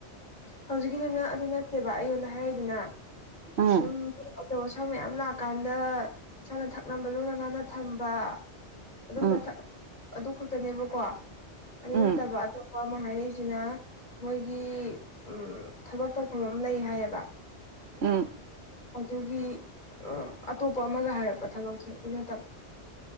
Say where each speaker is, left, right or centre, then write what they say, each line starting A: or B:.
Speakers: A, on the left; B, on the right.
A: ꯍꯧꯖꯤꯛꯀꯤꯗꯨꯅ ꯑꯗꯨ ꯅꯠꯇꯦꯕ ꯑꯩꯉꯣꯟꯗ ꯍꯥꯏꯔꯛꯏꯗꯨꯅ
B: ꯎꯝ
A: ꯁꯨꯝ ꯑꯆꯧ ꯑꯁꯥꯡ ꯃꯌꯥꯝ ꯂꯥꯛꯑꯀꯥꯟꯗ ꯆꯥꯅ ꯊꯛꯅꯕ ꯂꯨꯅ ꯅꯥꯟꯅ ꯊꯝꯕ ꯑꯗꯨꯝꯕ
B: ꯎꯝ
A: ꯑꯗꯨ ꯈꯛꯇꯅꯦꯕꯀꯣ ꯑꯗꯨ
B: ꯎꯝ
A: ꯅꯠꯇꯕ ꯑꯇꯣꯞꯄ ꯑꯃ ꯍꯥꯏꯔꯛꯏꯁꯤꯅ ꯃꯣꯏꯒꯤ ꯎꯝ ꯊꯕꯛ ꯇꯧꯐꯝ ꯑꯃ ꯂꯩ ꯍꯥꯏꯌꯦꯕ
B: ꯎꯝ
A: ꯑꯗꯨꯒꯤ ꯑꯇꯣꯞꯄ ꯑꯃꯒ ꯍꯥꯏꯔꯛꯄ ꯊꯕꯛꯁꯦ ꯎ ꯅꯠꯇꯕ